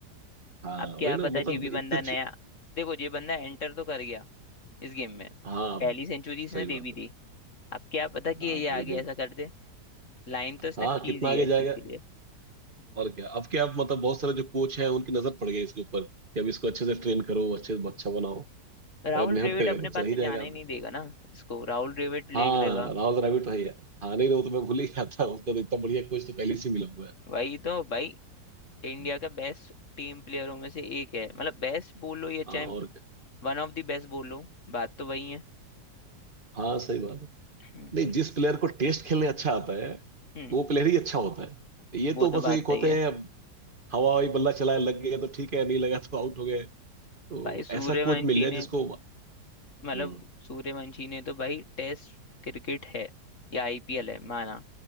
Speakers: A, on the right; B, on the left.
A: हाँ
B: अब क्या
A: वही ना
B: पता
A: मतलब
B: ये भी
A: इतने
B: बंदा नया
A: छ-
B: देखो ये बंदा एंटर तो कर गया इस गेम में
A: हाँ
B: पहली सेंचुरी इसने
A: सही
B: दे
A: बात
B: भी
A: है
B: दी अब क्या पता कि
A: हाँ
B: ये
A: पहले
B: आगे
A: देख
B: ऐसा कर दे लाइन तो इसने
A: हाँ
B: खींच
A: कितना
B: दी
A: आगे
B: है
A: जाएगा
B: इस चीज के लिए
A: और क्या अब क्या अब मतलब बहुत सारे जो कोच हैं उनकी नजर पड़ गई इसके ऊपर कि अब इसको अच्छे से ट्रेन करो अच्छे से अच्छा बनाओ
B: राहुल
A: अगर मेहनत
B: द्रविड़
A: करेगा
B: अपने
A: तो
B: पास
A: चला ही
B: से
A: जाएगा
B: जाने ही नहीं देगा ना इसको राहुल द्रविड़ ले
A: हाँ
B: लेगा
A: राउज द्रविड़ तो है ही है। हाँ नहीं वो तो मैं भूल ही गया था उसका तो इतना बढ़िया कोच तो पहले से ही मिला हुआ है
B: वही तो भाई इंडिया
A: हम्म,
B: का बेस्ट टीम प्लेयरों में से एक है मतलब बेस्ट बोलो या
A: हाँ
B: चाहे
A: और क्या
B: वन ऑफ द बेस्ट बोलो बात तो वही है
A: हाँ सही बात है
B: हम्म,
A: नहीं जिस प्लेयर को टेस्ट खेलने अच्छा आता है
B: हम्म,
A: वो प्लेयर ही अच्छा होता है ये
B: वो
A: तो
B: तो
A: बस
B: बात
A: एक होते
B: सही है
A: हैं अब हवा हवाई बल्ला चलाए लग गए तो ठीक है नहीं लगा तो आउट हो गए तो
B: भाई सूर्यवंशी
A: ऐसा कोच मिल जाए
B: ने
A: जिसको
B: मतलब
A: हम्म
B: सूर्यवंशी ने तो भाई टेस्ट क्रिकेट है या आईपीएल है माना